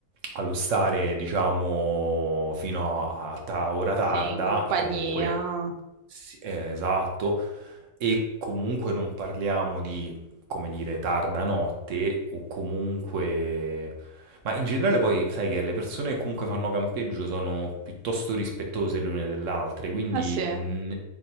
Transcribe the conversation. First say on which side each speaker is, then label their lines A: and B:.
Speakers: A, on the right; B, on the right.
A: allo stare, diciamo, fino a, a ta- ora tarda
B: Sì, in compagnia.
A: e comunque sì, eh, esatto. E comunque non parliamo di, come dire, tarda notte o comunque... Ma in generale poi sai che le persone che comunque fanno campeggio sono piuttosto rispettose le une delle altre, quindi
B: Ah sì.
A: mh,